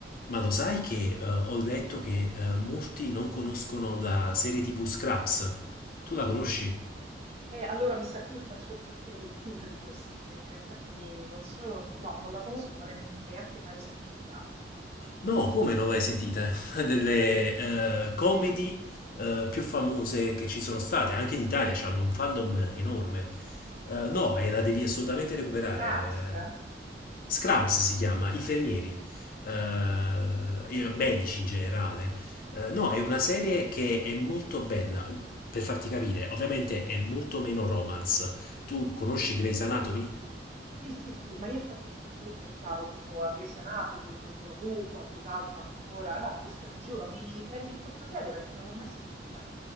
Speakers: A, on the left (about 50°); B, on the right (about 35°).
A: Ma lo sai che eh, ho letto che eh, molti non conoscono la serie TV Scraps? Tu la conosci?
B: Eh, allora mi sa che io <laughs> faccio parte o- di una di queste, perché in effetti non so, no, non la conosco, ma ne- neanche mai l'ho sentita.
A: No, come non l'hai sentita? <laughs> Una delle eh, comedy eh, più famose che ci sono state, anche in Italia hanno un fandom enorme. Eh, no, e la devi assolutamente recuperare.
B: Crabs?
A: eh. Scrubs si chiama, infermieri, eh, medici in generale. Eh, no, è una
B: Ma
A: serie che è molto bella, per farti capire, ovviamente è molto meno romance. Tu conosci Grey's Anatomy?
B: sì, sì, sì, ma io infatti a quelle lì pensavo, tipo a Grey's Anatomy, il Dottor Who, qualcos'altro ancora. No, questa ti giuro, mi prendi in contropiede perché non l'ho mai sentita.